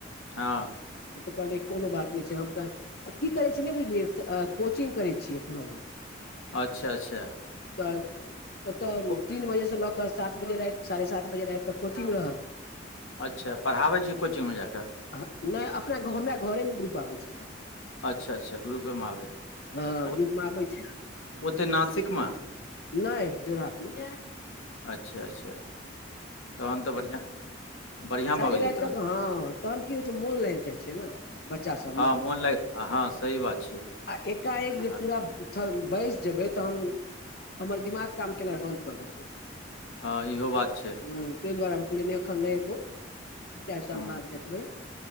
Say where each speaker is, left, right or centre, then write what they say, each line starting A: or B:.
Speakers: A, on the left; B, on the left.
A: हँ
B: तऽ कहनि कोनो बात नहि छै हम अ की करै छी <unintelligible> नहि बुझलियै कोचिंग करै छीियै एखनो हम
A: अच्छा अच्छा
B: तऽ ओतऽ
A: ओ-
B: तीन बजे से लऽ कऽ सात बजे राति साढ़े सात बजे राति तऽ कोचिंग रहल।
A: अच्छा पढ़ाबै छी कोचिङंगमे जाकऽ?
B: नहि अपना घ हमरा घरेमे ग्रुप आबै छै सर।
A: अच्छा अच्छा ग्रुपे माव
B: हँ
A: त <unintelligible>
B: ग्रुप मे आबै छै
A: ओते नासिकमे
B: नहि जोराहटमे <unintelligible>
A: अच्छा अच्छा तहन तऽ बढ़िआँ। बढ़िआँ
B: साझे
A: भऽ गेलियै
B: राति
A: तहन
B: तक हँ तहन की होइ छै मोन लागल जाइ छै ने। बच्चा सबमे
A: हँ मोन लागि हँ हँ, सही बात छियै
B: आ एकाएक
A: हँ
B: जे धिआ पूरा <unintelligible> बैसि जेबै तऽ हम हमर दिमाग काम केनाइ बन्द कऽ देतै।
A: हँ इहो बात छै।
B: ह त बर हम कलिन एखन नहि एबो दू चारि साल
A: हूँ
B: बाद देखबै।